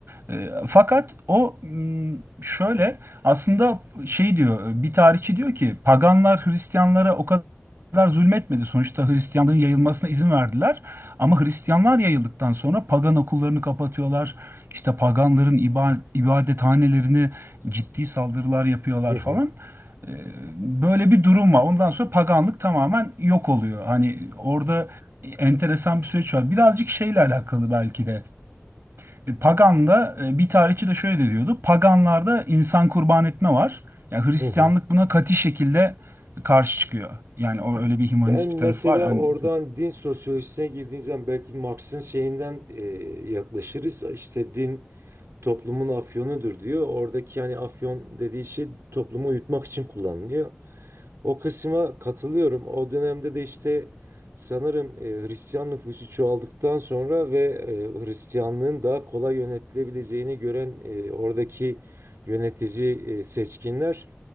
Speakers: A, on the right (about 60°); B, on the right (about 80°).
A: E, Fakat o m, şöyle aslında şey diyor bir tarihçi diyor ki paganlar Hristiyanlara o kadar zulmetmedi. Sonuçta Hristiyanlığın yayılmasına izin verdiler. Ama Hristiyanlar yayıldıktan sonra pagan okullarını kapatıyorlar. İşte paganların iba- ibadethanelerini ciddi saldırılar yapıyorlar
B: hı hı
A: falan. Ee, Böyle bir durum var. Ondan sonra paganlık tamamen yok oluyor. Hani orada enteresan bir süreç var. Birazcık şeyle alakalı belki de. E, Pagan'da e, bir tarihçi de şöyle diyordu. Paganlarda insan kurban etme var. Yani Hristiyanlık
B: hı
A: buna katı şekilde karşı çıkıyor. Yani o öyle bir
B: Ben
A: hümanist
B: mesela
A: bir tarafı var. Hani
B: oradan din sosyolojisine girdiğiniz zaman belki Marx'ın şeyinden e, yaklaşırız. İşte din toplumun afyonudur diyor. Oradaki yani afyon dediği şey toplumu uyutmak için kullanılıyor. O kısma katılıyorum. O dönemde de işte sanırım e, Hristiyan nüfusu çoğaldıktan sonra ve e, Hristiyanlığın daha kolay yönetilebileceğini gören e, oradaki yönetici e, seçkinler